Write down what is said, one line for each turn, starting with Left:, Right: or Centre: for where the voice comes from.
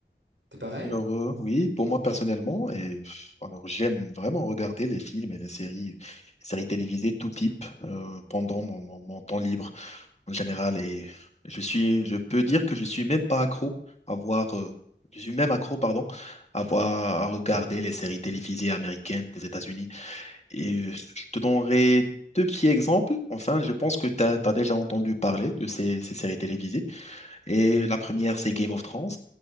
Right: t'es pareil.
Left: Alors,
Right: hein
Left: euh, oui, pour moi personnellement, et pff, alors j'aime vraiment regarder les films et les séries, les séries télévisées tout type euh, pendant mon, mon- mon temps libre en général. Et je suis, je peux dire que je suis même pas accro à voir, euh, je suis même accro, pardon, à voir, à regarder les séries télévisées américaines des États-Unis. Et euh, je te donnerai deux petits exemples. Enfin, je pense que tu as, déjà entendu parler de ces ces séries télévisées. Et la première, c'est Game of Thrones.